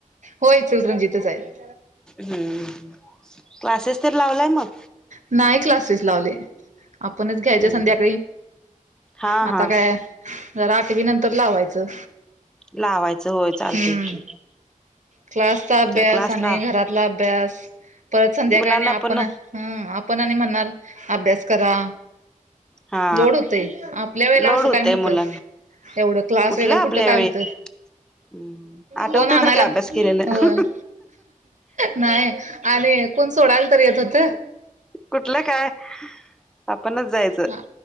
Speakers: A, on the right (about 60°); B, in the centre.
A: होय इचलकरंजीतच आहेत.
B: हम्म क्लासेस तर लावलाय मग
A: नाही क्लासेस लावले आपणच घ्यायचे
B: हम्म
A: संध्याकाळी
B: हा
A: आता
B: हा
A: काय जरा आठवी नंतर लावायचं.
B: लावायचं होय चालतंय
A: हम्म
B: की
A: क्लासचा अभ्यास
B: जर क्लास
A: आणि
B: लाव
A: घरातला अभ्यास परत संध्याकाळीन
B: मुलांना
A: आपण
B: पण
A: हम आपण आणि म्हणणार अभ्यास करा.
B: हा
A: लोड होतोय आपल्या वेळेला
B: लोड
A: असं
B: होतय
A: काय नव्हतं.
B: मुलांना
A: एवढं क्लास
B: कुठलं
A: वगैरे
B: आपल्या
A: कुठं काय
B: वेळी
A: होतं
B: हम्म आठवते
A: कोण आणायला
B: तर काय अभ्यास केलेलं
A: होय नाही आणि कोण सोडायला तर येत होत.
B: कुठलं काय आपणच जायचं
A: आ-